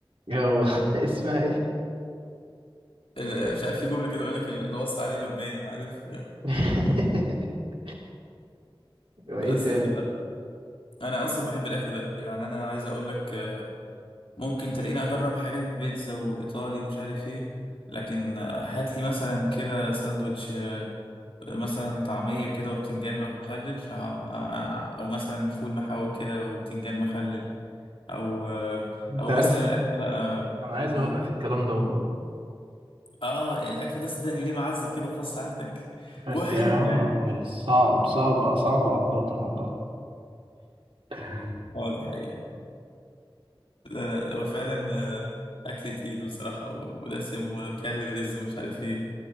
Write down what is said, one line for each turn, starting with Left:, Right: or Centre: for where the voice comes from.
Right: جو <laughs> اسمها ايه
Left: ال- مش عارف في جمله كده يقول لك اللي وصى عليه لقمان عارف
Right: <laughs> وايه
Left: بس
Right: تاني
Left: ف... انا اصلا بحب الاكل ده يعني انا عايز اقول لك ممكن تلاقيني اجرب حاجات بيتزا وايطالي ومش عارف ايه لكن آه، هات لي مثلا كده ساندوتش آه، مثلا طعمية كده وبتنجان مخلل آه، آه، او مثلا فول محاوي كده وبتنجان مخلل او آه،
Right: انت
Left: او
Right: عارف
Left: مثلا الاكل بقى
Right: انا عايز اوقف
Left: مم.
Right: الكلام ده والله
Left: اه الاكل ده صدقني ليه معزة كده خاصة عندك
Right: بس
Left: وهو حلو
Right: يا عم
Left: يعني
Right: والله صعب صعب صعب على البطن والله <laughs>
Left: اه دي حقيقة لا لا هو فعلا آه، اكل تقيل بصراحة و- ودسم وكالوريز ومش عارف ايه